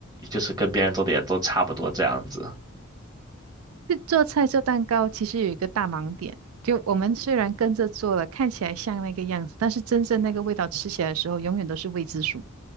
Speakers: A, on the right; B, on the right.
A: 就是跟别人做的也都差不多这样子。
B: 这做菜做蛋糕其实有一个大盲点，就我们虽然跟着做了，看起来像那个样子，但是真正那个味道吃起来的时候，永远都是未知数。